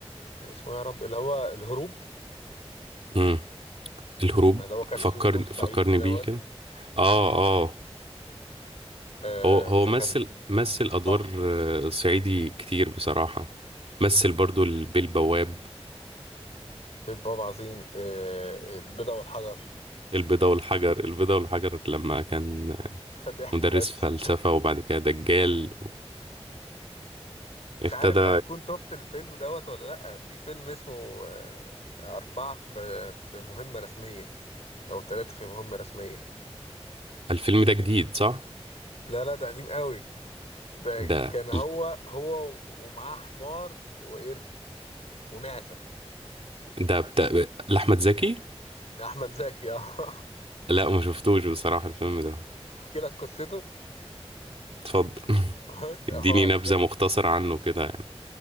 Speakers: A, on the left; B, on the right.
A: كان اسمه إيه يا رب اللي هو الهروب
B: مم. الهروب
A: اللي هو كان
B: فكرني
A: في دور صعيدي
B: فكرني
A: دوت
B: بيه كده اه اه
A: آه
B: هو هو
A: ده
B: مثل
A: كان
B: مثل أدوار
A: تحفة
B: آه، صعيدي كتير بصراحة مثل برضو البيه البواب
A: باب عظيم آه البيضة والحجر
B: البيضة والحجر البيضة والحجر لما كان
A: <laughs> ضحك
B: مدرس
A: بس
B: فلسفة وبعد كده دجال وابتدى
A: مش عارف هتكون شفت الفيلم دوت ولا لأ في فيلم اسمه آه أربعة في في مهمة رسمية أو ثلاثة في مهمة رسمية
B: الفيلم ده جديد صح؟
A: لا لا ده قديم قوي ده
B: ده
A: كان هو هو ومعاه حمار وقرد ومعزة
B: ده بتاع لأحمد زكي؟
A: أحمد زكي اه
B: لا ما شفتوش بصراحة الفيلم ده
A: <laughs> أحكي لك قصته
B: اتفضل <laughs>
A: بص
B: اديني
A: هو
B: نبذة
A: كان
B: مختصرة عنه كده يعني